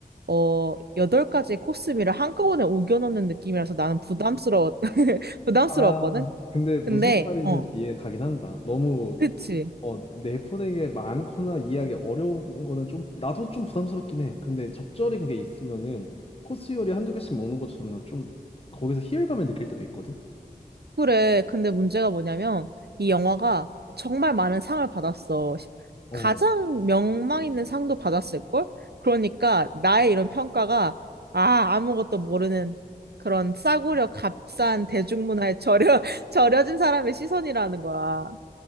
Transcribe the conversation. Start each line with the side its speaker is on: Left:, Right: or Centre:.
Right: 어, 여덟 가지 코스미를 한꺼번에 우겨 넣는 느낌이라서 나는 부담스러웠, <laughs> 부담스러웠거든?
Left: 아, 근데 무슨
Right: 근데,
Left: 말인지
Right: 어,
Left: 좀 이해 가긴 한다. 너무
Right: 그치.
Left: 어, 내포된 게 많거나 이해하기 어려운 거는 좀 나도 좀 부담스럽긴 해. 근데 적절히 그게 있으면은 코스 요리 한두 개씩 먹는 것처럼 좀 거기서 희열감을 느낄 때도 있거든.
Right: 그래. 근데 문제가 뭐냐면 이 영화가 정말 많은 상을 받았어. 시-
Left: 어.
Right: 가장 명망 있는 상도 받았을걸? 그러니까 나의 이런 평가가 아, 아무것도 모르는 그런 싸구려 값싼 대중문화에 절여, <laughs> 절여진 사람의 시선이라는 거야.